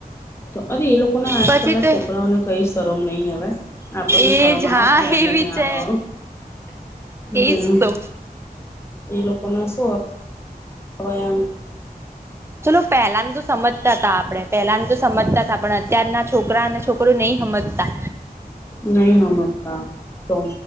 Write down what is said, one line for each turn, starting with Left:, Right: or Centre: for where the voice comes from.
Left: તો અરે એ લોકોને આજકાલ
Right: પછી
Left: ના
Right: તો
Left: છોકરાઓને કહીશ ગરમ નહીં અ વે આપણને
Right: એજ
Left: સરમ આવો
Right: હા
Left: પણ એમને
Right: એવી
Left: ના
Right: છે
Left: આવે
Right: એજ
Left: <inaudible>
Right: તો
Left: એ લોકોને શું વયમ.
Right: ચલો પહેલા તો સમજતા હતા આપડે પેલા ને તો સમજતા હતા પણ અત્યારના છોકરા અને છોકરો નય હમજતા.
Left: નહી હમજતા તો